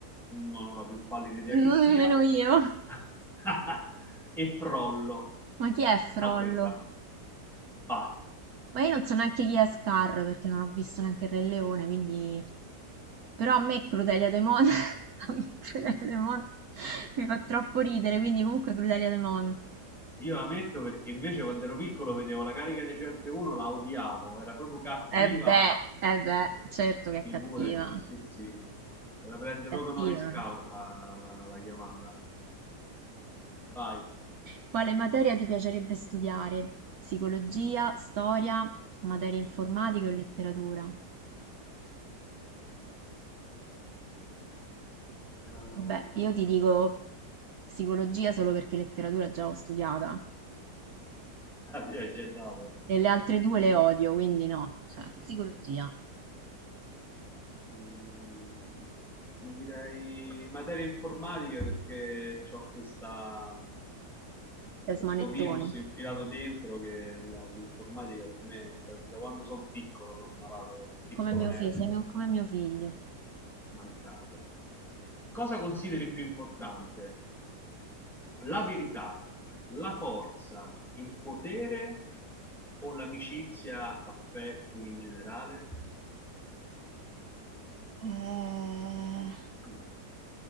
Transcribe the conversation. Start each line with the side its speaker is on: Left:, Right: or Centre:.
Centre: non ho la più pallida idea che
Right: non
Centre: sia,
Right: nemmeno io.
Centre: <laughs> e Frollo,
Right: Ma chi è Frollo?
Centre: altrettanto. Bah,
Right: Ma io non so neanche chi è Scar perché non ho visto neanche il Re Leone, quindi... Però a me Crudelia De Mon, <laughs> a me Crudelia De Mon <laughs> mi fa troppo ridere, quindi comunque Crudelia De Mon.
Centre: io la metto perché invece quando ero piccolo vedevo la carica 101, la odiavo, era proprio cattiva,
Right: Eh beh, eh beh, certo che è
Centre: figurati,
Right: cattiva,
Centre: sì sì, Se la prende
Right: cattiva.
Centre: proprio honoris causa la chiamata. Vai. Eh,
Right: Quale materia ti piacerebbe studiare? Psicologia, storia, materie informatiche o letteratura?
Centre: <laughs>
Right: Vabbè, io ti dico psicologia solo perché letteratura già l'ho studiata.
Centre: ti ha già dato.
Right: E le altre due
Centre: Mi-
Right: le odio, quindi no. Cioè, psicologia.
Centre: Mm, ti direi materie informatiche perché ho questa,
Right: Sei
Centre: questo
Right: smanettone.
Centre: virus infilato dentro che la- l'informatica per me, da, da quando sono piccolo, sono malato, un piccolo
Right: Come mio
Centre: nerd
Right: figlio, sei mio- come mio figlio.
Centre: mancato. Cosa consideri più importante? La verità, la forza, il potere o l'amicizia, affetti in generale?
Right: Eh,
Centre: Mm,